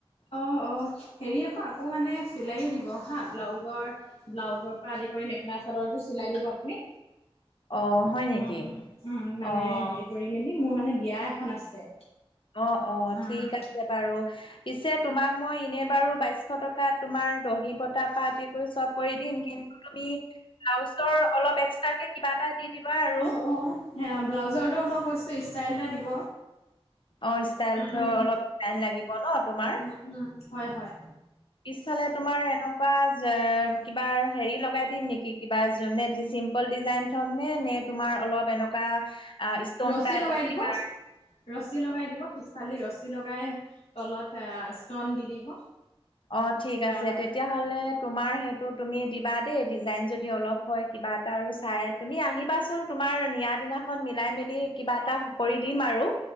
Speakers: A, on the left; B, on the left.
A: অঁ অঁ, হেৰি আক' আকৌ মানে চিলাইও দিব হাঁ ব্লাউজৰ ব্লাউজৰ পৰা আদি কৰি মেখেলা -চাদৰ এযোৰ চিলাই দিব আপুনি।
B: অ' হয় নেকি?
A: উম ওঁ উম, মানে
B: অ'
A: হেৰি কৰি মেলি মোৰ মানে বিয়া এখন আছে।
B: অঁ, অঁ
A: উম,
B: ঠিক আছে বাৰু, পিছে তোমাক মই এনে বাৰু বাইশ শ টকাত তোমাৰ দহি বতাৰ পৰা আদিকৰি চব কৰি দিম। কিন্তু তুমি ব্লাউজৰ অলপ এক্সট্ৰাকে কিবা এটা দি দিবা আৰু
A: অঁ, অঁ হেয়া ব্লাউজৰটো মই কৈছোৱে ষ্টাইল এটা দিব।
B: অঁ, ষ্টাইলটো
A: উম,
B: অলপ টাইম লাগিব ন' তোমাৰ?
A: উম, উম, হয়, হয়।
B: পিছফালে তোমাৰ এনেকুৱা যে কিবা হেৰি লগাই দিম নেকি কিবা যুনেদিছিম। অকল ডিজাইন থম নে? নে তোমাৰ অলপ এনকুৱা আ স্তন
A: ৰছী
B: টাইপৰ
A: লগাই দিব
B: কিবা
A: ৰছী লগাই দিব, পিফালেদি ৰছী লগাই তলত আঁ স্তন দি দিব।
B: অঁ ঠিক
A: কিবা
B: আছে।
A: মানে
B: তেতিয়াহ'লে তোমাৰ সেইটো তুমি দিবা দেই। ডিজাইন যদি অলপ হয় কিবা এটা আৰু চাই। তুমি আহিবাচোন? তোমাৰ নিয়া দিনাখন মিলাই - মেলি কিবা এটা কৰি দিম আৰু।